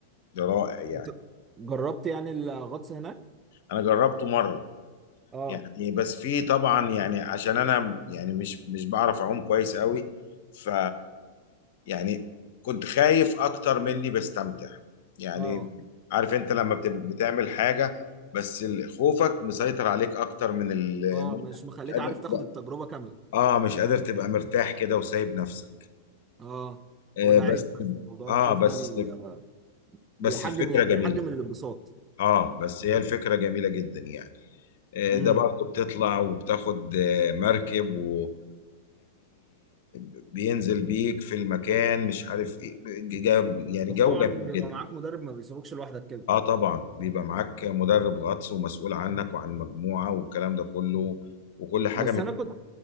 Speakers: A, on the left (about 60°); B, on the right (about 25°).
A: ده رائع يعني
B: انت جربت يعني الغطس هناك
A: أنا جربته مرة
B: اه
A: يعني بس في طبعا يعني عشان أنا يعني مش مش بعرف أعوم كويس قوي ف يعني كنت خايف أكتر مني بستمتع يعني
B: اه
A: عارف انت لما بت- بتعمل حاجة بس ال- خوفك مسيطر عليك أكتر من المتعة
B: اه مش مخليك
A: مش قادر
B: عارف تاخد التجربة كاملة
A: اه مش قادر تبقى مرتاح كده وسايب نفسك
B: اه
A: آه
B: هو ده
A: بس
B: عيب في موضوع
A: اه
B: الخوف
A: بس
B: ده بي...
A: بس
B: بيحجم
A: الفكرة
B: يعني
A: جميلة
B: بيحجم الانبساط
A: اه بس هي الفكرة جميلة جدا يعني آه
B: امم
A: ده برضه بتطلع وبتاخد آه مركب ويعني بينزل بيك في المكان مش عارف ايه جو- يعني
B: بس
A: جو
B: طبعا
A: جميل
B: بيبقى
A: جدا
B: معاك مدرب ما بيسيبوكش لوحدك كده
A: اه طبعا بيبقى معاك مدرب غطس ومسؤول عنك وعن المجموعة والكلام ده كله وكل حاجة
B: بس انا كنت